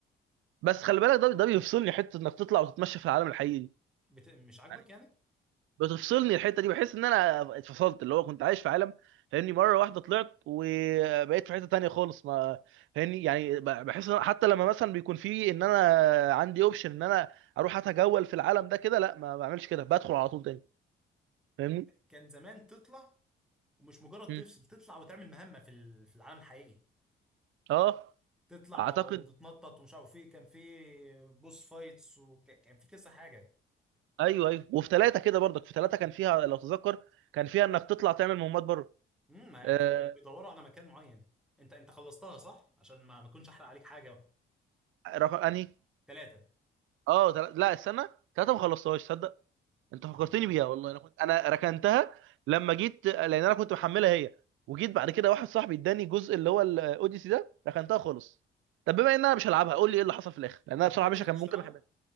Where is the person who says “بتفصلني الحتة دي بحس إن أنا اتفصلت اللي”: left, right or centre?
Right